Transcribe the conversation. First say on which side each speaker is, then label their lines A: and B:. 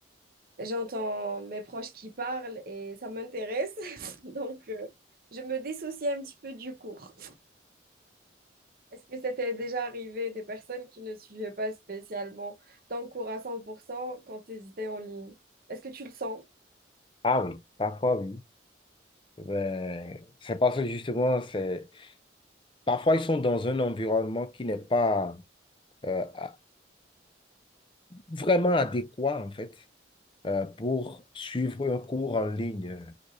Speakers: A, on the right; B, on the left.
A: j'entends mes proches qui parlent et ça m'intéresse. <laughs> Donc, euh, je me dissocie un petit peu du cours. Est-ce que c'était déjà arrivé des personnes qui ne suivaient pas spécialement ton cours à 100% quand tu hésitais en ligne? Est-ce que tu le sens?
B: Ah oui, parfois oui. Ben, c'est parce que justement, c'est... Parfois, ils sont dans un environnement qui n'est pas euh, à- vraiment adéquat, en fait. euh, pour suivre un cours en ligne,